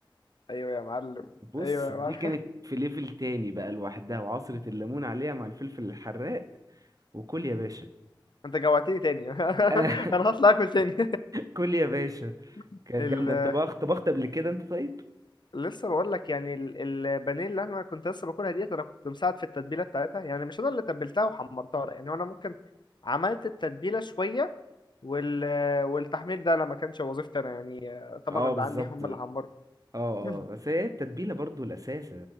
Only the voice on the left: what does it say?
ايوه يا معلم
ايوه
يا معلم
<laughs>
انت جوعتني تاني <laughs>
انا هطلع اكل تاني
<laughs>
لسه بقول لك يعني ال- البانيه اللي انا كنت لسه باكلها ديت انا كنت مساعد في التتبيله بتاعتها يعني مش انا اللي تبلتها وحمرتها لا يعني انا ممكن عملت التتبيله شويه وال والتحمير ده لما كانش وظيفتي انا يعني طبعا
اللي
عندي هم
اللي حمروا
<clears throat>